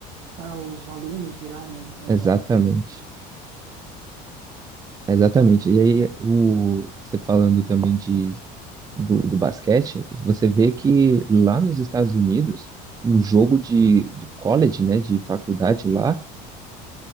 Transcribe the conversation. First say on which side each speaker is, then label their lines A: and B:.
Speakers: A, on the right; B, on the right.
A: para os alunos virarem grandes
B: Exatamente.
A: atletas.
B: Exatamente. E aí, o, você falando também de, do, do basquete, você vê que lá nos Estados Unidos, um jogo de, de college, né, de faculdade lá,